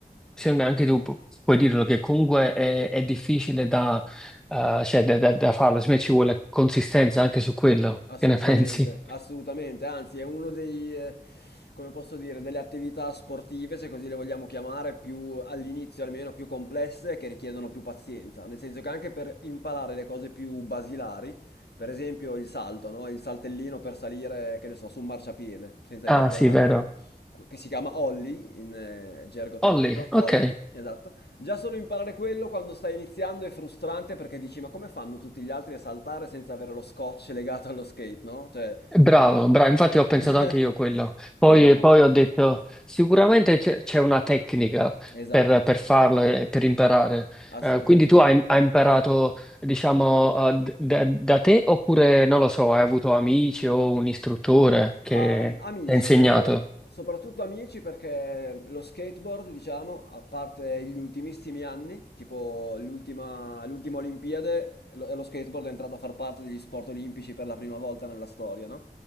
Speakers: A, in the centre; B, on the left.
A: secondo me anche tu pu- puoi dirlo che comunque è, è difficile da, eh, cioè, da, da- da farlo. Secondo me ci vuole consistenza anche su quello.
B: Assolutamente,
A: Che ne <laughs> pensi?
B: assolutamente, anzi è uno dei, eh, come posso dire, delle attività sportive, se così le vogliamo chiamare, più all'inizio almeno più complesse che richiedono più pazienza, nel senso che anche per imparare le cose più basilari, per esempio il salto, no? Il saltellino per salire, che ne so, su un marciapiede, senza
A: Ah,
B: esagerare,
A: sì, vero.
B: que- che si chiama ollie in eh, gergo tecnico,
A: Ollie, ok.
B: ollie, esatto. Già solo imparare quello quando stai iniziando è frustrante perché dici ma come fanno tutti gli altri a saltare senza avere lo scotch legato allo skate, no? Cioè...
A: Bravo, bravo, infatti ho pensato
B: <laughs>
A: anche io quello. Poi,
B: Poi dopo...
A: poi ho detto, sicuramente c'è c'è una tecnica
B: Esatto,
A: per, per farlo e per imparare.
B: assolutamente.
A: Eh, quindi tu hai, hai imparato, diciamo, eh, d- da, da te oppure, non lo so, hai avuto amici o un istruttore che
B: A- amici,
A: ti ha insegnato?
B: perché, soprattutto amici, perché lo skateboard, diciamo, a parte gli ultimissimi anni, tipo l'ultima, l'ultima Olimpiade, lo, e lo skateboard è entrato a far parte degli sport olimpici per la prima volta nella storia, no?